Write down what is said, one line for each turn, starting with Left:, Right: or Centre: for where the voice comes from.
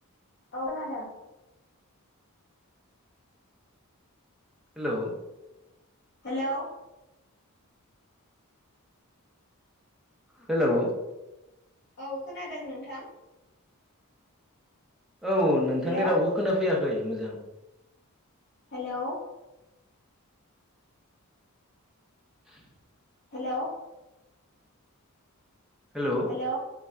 Left: खोनादों।
Centre: हेलौ
Left: हेलौ
Centre: हेलौ
Left: औ खोनादों नोंथां।
Centre: औ नोंथांनि
Left: हेलौ
Centre: रावखौ खोनाफैयाखै मोजां
Left: हेलौ
Centre: <inaudible>
Left: हेलौ
Centre: हेलौ
Left: हेलौ